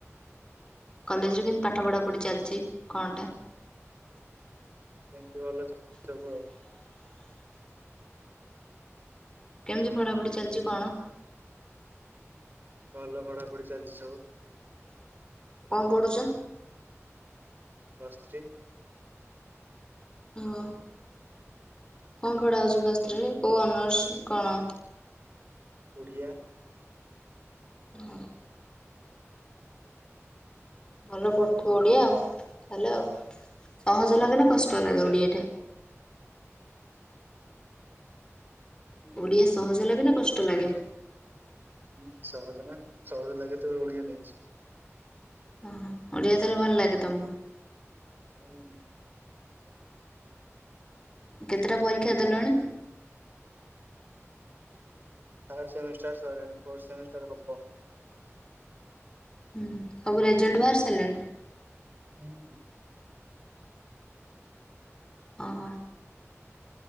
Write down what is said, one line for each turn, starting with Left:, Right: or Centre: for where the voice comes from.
Left: କଲେଜରେ କେମ ପାଠ ପଢ଼ା ପଢ଼ି ଚାଲିଚି କଣଟା?
Right: ସେମିତି ଭଲ <unintelligible> ଚବୁ ଆଉ।
Left: କେମତି ପଢାପଢି ଚାଲିଚି କଣ?
Right: ଭଲ ପଢାପଢି ଚାଲିଛି ସବୁ।
Left: କଁ ପଡ଼ୁଛ?
Right: Plus three.
Left: ଓ କଣ ପଢ଼ା ହେଉଛି ପ୍ଲସ ଥ୍ରିରେ, କୋଉ ଅନର୍ସ କଣ?
Right: ଓଡ଼ିଆ।
Left: ଓ। ଭଲ ପଢ଼ୁଥିବ ଓଡ଼ିଆ ତାହେଲେ ଆଉ ସହଜ ଲାଗେ ନା
Right: ହଁ
Left: କଷ୍ଟ
Right: ସେମିତି
Left: ଲାଗେ ଓଡ଼ିଆ
Right: ଆଉ।
Left: ଟା। ଓଡିଆ ସହଜ ଲାଗେ ନା କଷ୍ଟ ଲାଗେ।
Right: ଉଁ ସହଜ ନା ସହଜ ଲାଗେ ତେବେ ଓଡିଆ ନେଇଛି।
Left: ଓହୋ ଓଡ଼ିଆ ତାହାଲେ ଭଲ ଲାଗେ ତମକୁ।
Right: ହୁଁ।
Left: କେତେଟା ପରୀକ୍ଷା ଦେଲଣି?
Right: ଥାର୍ଡ ସେମିଷ୍ଟାର ସଇଲାଣି, ଫୋର୍ ସେମିଷ୍ଟାର ହବ।
Left: ଉଁ ସବୁ ରେଜଲ୍ଟ ବାହାରି ସାରିଲାଣି।
Right: ହୁଁ ହୁଁ।
Left: ଅ ହ।